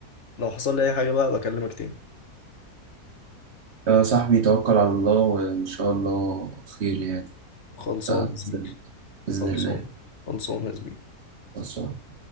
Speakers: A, on the left; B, on the right.
A: لو حصل لي اي حاجه بقى بكلمك تاني
B: يا صاحبي توكل على الله وان شاء الله خير يعني
A: خلصان
B: ده
A: يا زميلي
B: بإذن
A: خلصان
B: الله
A: خلصان يا زميلي
B: بس